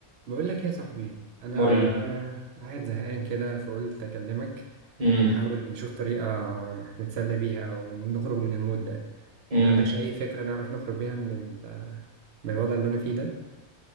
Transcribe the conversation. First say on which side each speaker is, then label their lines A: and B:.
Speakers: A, on the right; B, on the right.
A: بقول لك يا صاحبي انا
B: مول
A: قاعد زهقان كده فقلت اكلمك
B: امم
A: نحاول نشوف طريقه نتسلى بيها او نخرج من المود ده
B: امم
A: ما عندكش اي فكره نعرف نخرج بيها من ال- من الوضع اللي انا فيه ده